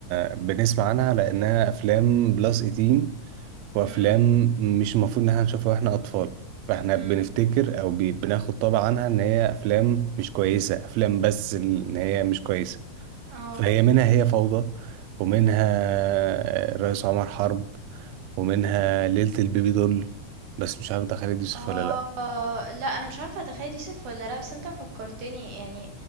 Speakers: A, on the right; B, on the right.
A: آه، بنسمع عنها لأنها أفلام بلس 18 وأفلام
B: إمم،
A: مش المفروض إن إحنا نشوفها وإحنا أطفال فإحنا بنفتكر
B: إمم،
A: أو بي- بناخد طبع عنها إن هي أفلام مش كويسة أفلام بس ال- إن هي مش كويسة
B: آه.
A: فهي منها هي فوضى ومنها آه، الرئيس عمر حرب ومنها ليلة البيبي دول بس مش عارف ده خالد يوسف
B: آه،
A: ولا
B: لأ أنا مش عارفة ده خالد يوسف والّا لأ، بس أنت فكّرتني يعني